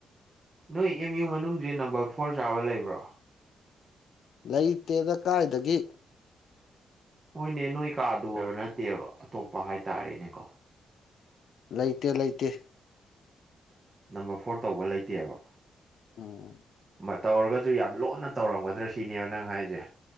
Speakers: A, on the right; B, on the left.
A: ꯅꯣꯏ ꯑꯦꯝ ꯌꯨ ꯃꯅꯨꯡꯖꯦ ꯅꯝꯕꯔ ꯐꯣꯔ ꯆꯥꯕ ꯂꯩꯕ꯭ꯔꯣ?
B: ꯂꯩꯇꯦꯗ ꯀꯥꯏꯗꯒꯤ꯫
A: ꯍꯣꯏꯅꯦ ꯅꯣꯏ ꯀꯥꯗꯨ ꯍꯥꯏꯕ ꯅꯠꯇꯦꯕ ꯑꯇꯣꯞꯄ ꯍꯥꯏꯇꯥꯔꯦꯅꯦꯀꯣ꯫
B: ꯂꯩꯇꯦ ꯂꯩꯇꯦ꯫
A: ꯅꯝꯕꯔ ꯐꯣꯔ ꯇꯧꯕ ꯂꯩꯇꯦꯕ꯫
B: ꯎꯝ
A: ꯃꯔ ꯇꯧꯔꯒꯖꯨ ꯌꯥꯝ ꯂꯣꯟꯅ ꯇꯧꯔꯝꯒꯗ꯭ꯔꯥ ꯁꯤꯅꯦꯕ ꯅꯪ ꯍꯥꯏꯖꯦ꯫